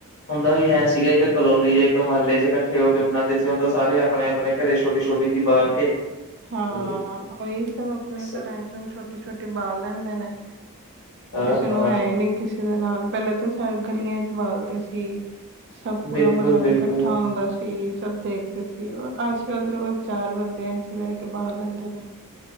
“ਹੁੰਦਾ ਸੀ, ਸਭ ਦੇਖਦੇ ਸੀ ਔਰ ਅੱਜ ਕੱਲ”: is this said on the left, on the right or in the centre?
Right